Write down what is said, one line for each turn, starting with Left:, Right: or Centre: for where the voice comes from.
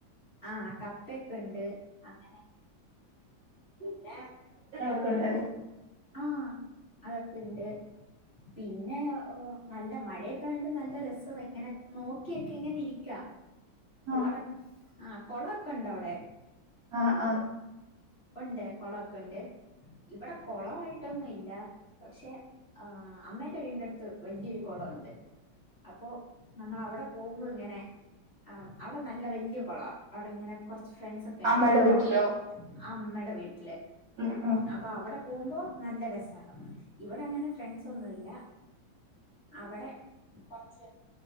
Left: ആഹ് കപ്പയൊക്കെ ഉണ്ട് അങ്ങനെ. പിന്നെ
Right: ഒക്കെ
Left: ആഹ്.
Right: ഉണ്ടല്ലോ
Left: ആഹ് അതൊക്കെ ഉണ്ട് പിന്നെ നല്ല മഴ ക്കണ്ട് നല്ല രസം ഇങ്ങനെ നോക്കിയൊക്കെ ഇങ്ങനെ ഇരിക്ക
Right: ആഹ്
Left: അവിട ആ. കുളൊക്കെ ഉണ്ടോ അവിടെ?
Right: ആഹ് ആഹ്
Left: ഉണ്ട് കുളൊക്കെ ഉണ്ട്, ഇവിടെ കുളായിട്ടൊന്നും ഇല്ല പക്ഷേ ആഹ് അമ്മേന്റെ വീടിന്റെ അടുത്ത് വലിയൊരു കുളംണ്ട് അപ്പോ നമ്മൾ അവിടെ പോകുമ്പോൾ ഇങ്ങനെ ആ അവിടെ നല്ല വലിയ കുള അവിടെ ഇങ്ങനെ കുറച്ച് ഫ്രണ്ട്സ് ഒക്കെ ണ്ട്,
Right: അമ്മയുടെ
Left: അപ്പോ
Right: വീട്ടിലോ
Left: അമ്മയുടെ വീട്ടില് അ
Right: ഉം ഉം
Left: അപ്പോ അവിടെ പോകുമ്പോ നല്ല രസ. ഇവിടെ അങ്ങനെ ഫ്രണ്ട്സൊന്നുല്ല. അവിടെ കൊറച്ച്.